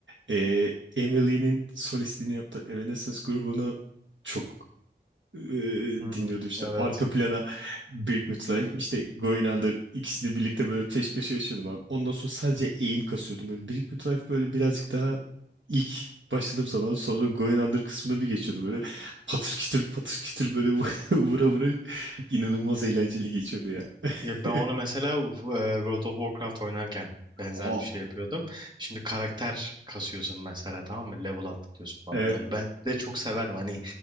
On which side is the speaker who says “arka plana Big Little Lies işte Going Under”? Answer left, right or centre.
Right